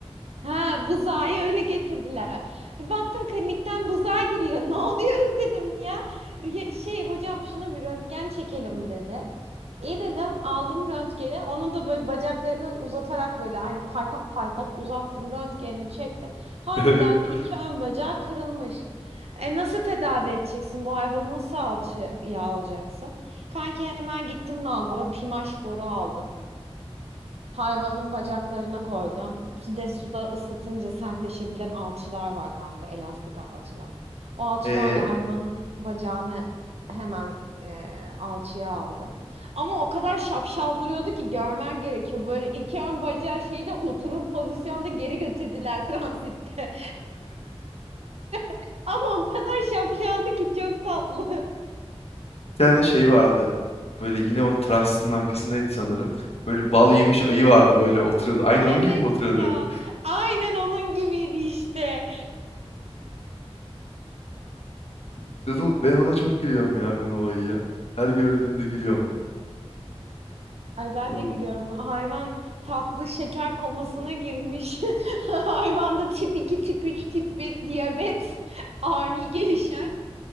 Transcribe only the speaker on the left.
<laughs>
E
Bir tane şey vardı. Böyle yine o transistorun arkasındaydı sanırım. Böyle bal yemiş ayı vardı böyle oturuyordu. Aynı
onun gibi mi oturuyordu?
<laughs> Dedim, ben ona çok gülüyorum ya ben o ayıya. Her gördüğümde gülüyorum.
Oo.